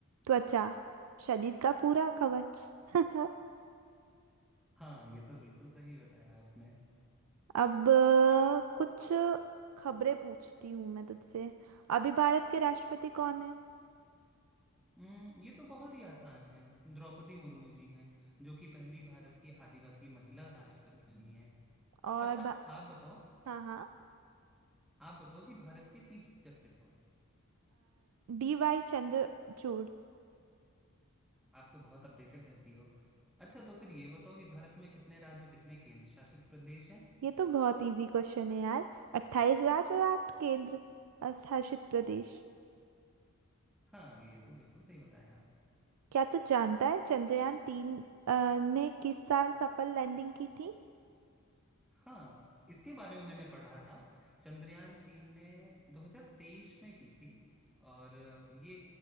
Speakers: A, on the right; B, in the centre.
A: त्वचा शरीर का पूरा कवच <laughs>
B: हाँ ये तो बिल्कुल सही बताया आपने
A: अब अ, कुछ खबरें पूछती हूँ मैं तुझसे अभी भारत के राष्ट्रपति कौन है
B: हम्म ये तो बहुत ही आसान है द्रौपदी मुर्मू जी हैं जो कि पहली भारत की आदिवासी महिला राष्ट्रपति बनी है
A: और
B: अच्छा
A: बा-
B: आप बताओ
A: हाँ हाँ
B: आप बताओ कि भारत के चीफ जस्टिस कौन है
A: डी वाई चंद्रचूड़
B: आप तो बहुत अपडेटेड रहती हो अच्छा तो फिर ये बताओ कि भारत में कितने राज्य और कितने केंद्र शासित प्रदेश हैं
A: ये तो बहुत इजी क्वेश्चन है यार अट्ठाईस राज्य और आठ केंद्र अ, शासित प्रदेश
B: हाँ ये तो बिल्कुल सही बताया
A: क्या तू जानता है चंद्रयान तीन अ, ने किस साल सफल लैंडिंग की थी
B: हाँ इसके बारे में मैंने पढ़ा था चंद्रयान तीन ने 2023 में की थी और ये